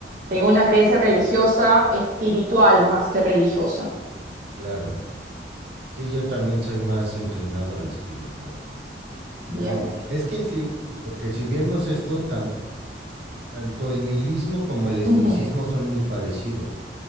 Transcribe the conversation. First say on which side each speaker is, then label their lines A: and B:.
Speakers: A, on the right; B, on the right.
A: tengo una creencia religiosa, espiritual más que religiosa.
B: claro. Sí, yo también soy más inclinado a lo espiritual.
A: Bien.
B: Pero es que en sí, porque si vemos esto, tan, tanto el nihilismo como el estoicismo
A: Ujú,
B: son muy parecidos.